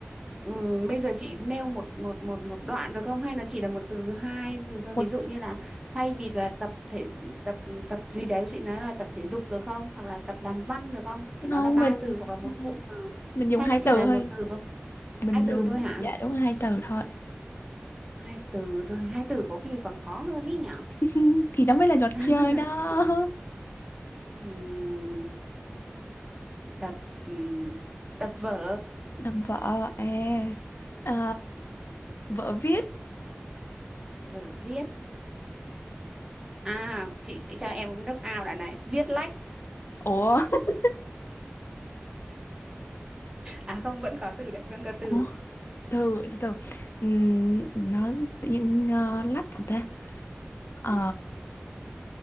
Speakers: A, on the right; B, on the left.
A: ừ, bây giờ chị nêu một một một một đoạn được không hay nó chỉ là một từ hai từ thôi
B: Một
A: ví dụ như là thay vì là tập thể tập tập gì đấy chị nói là tập thể dục được không hoặc là tập làm văn được không thì nó
B: không
A: là ba
B: mình
A: từ hoặc là một cụm
B: <laughs>
A: từ
B: mình dùng
A: hay
B: hai
A: nó
B: từ
A: chỉ là
B: thôi.
A: một từ có
B: Mình
A: hai
B: dùng
A: từ thôi hả
B: dạ đúng là hai từ thôi.
A: hai từ thôi hai từ có khi còn khó hơn ý nhở
B: <laughs> Thì đó mới là trò
A: <laughs>
B: chơi đó. <laughs>
A: Ừm, tập ừm, tập vở
B: Làm vợ à, à vợ viết.
A: vở viết à chị sẽ cho em knock out đoạn này viết lách
B: Ủa? <laughs>
A: à không vẫn có từ đấy vẫn có từ
B: Ủa? từ từ từ Ừm, nó tự nhiên ờ, lách hả ta Ờ,
A: ừ.